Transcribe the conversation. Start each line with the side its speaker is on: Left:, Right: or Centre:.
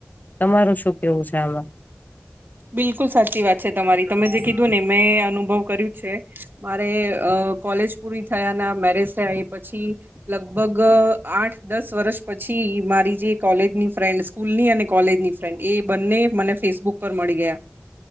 Left: તમારું શું કહેવું છે આમાં?
Right: બિલકુલ સાચી વાત છે તમારી. તમે જે કીધું ને મેં અનુભવ કર્યું છે. મારે અહ કોલેજ પૂરી થયા ના, મેરેજ થયાં ઈ પછી લગભગ આઠ-દસ વર્ષ પછી મારી જે કોલેજની ફ્રેન્ડસ સ્કૂલ ની અને કોલેજની ફ્રેન્ડ. એ બંને મને ફેસબુક પર મળી ગયા.